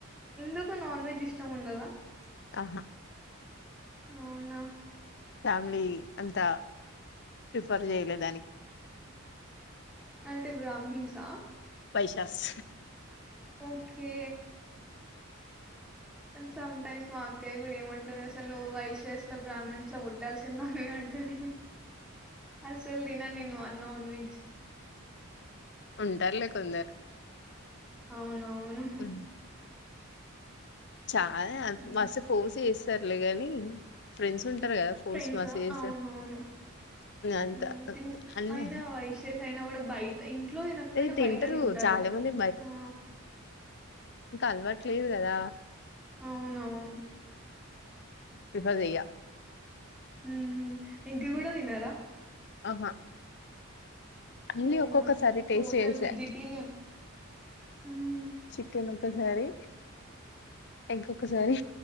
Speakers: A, in the centre; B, on the left (about 55°).
A: ఎందుకు నాన్ వెజ్ ఇష్టముండదా
B: ఆహా
A: అవునా
B: ఫ్యామిలీ అంతా ప్రిఫర్ చేయలే దానికి
A: అంటే బ్రాహ్మిన్స్ ఆ
B: వైశాస్
A: ఓకే. సమ్ టైమ్స్ మా అక్కయ్య కూడా ఏమంటదసలు నువ్వు వైశాస్ బ్రహ్మిన్సలో పుట్టాల్సిందానివి అంటది అసలు తినన్ నేను వనాన్ వెెజ్
B: ఉంటారులే కొందరు
A: అవునవును.
B: ఉ చాలా
A: హ్మ్.
B: మసి పూసి ఇస్తారులే గాని ఫ్రెండ్స్ ఉంటారు కదా ఫోర్స్
A: ఫ్రెండ్సా
B: మస్తు చేస్తారు
A: అవునవును
B: అంత
A: ఊ తిన్
B: అన్ని
A: అయినా వైశాస్ అయినా కూడా బయట ఇన్ ఇంట్లో తినకపోయినా
B: అది తింటరు
A: బయట తింటారు
B: చాలా మంది
A: ఊ
B: కలవట్లేదు కదా
A: అవునవును.
B: తెల్వదిగా
A: ఊ ఎగ్ కూడా తినరా
B: ఆహా అన్నీ
A: ఓహ్!
B: ఒక్కొక్కసారి
A: మొ
B: టేస్ట్
A: టోటల్
B: చేసా
A: వెజిటేరియన్. హ్మ్.
B: చికెన్ ఒకసారి ఎగ్ ఒకసారి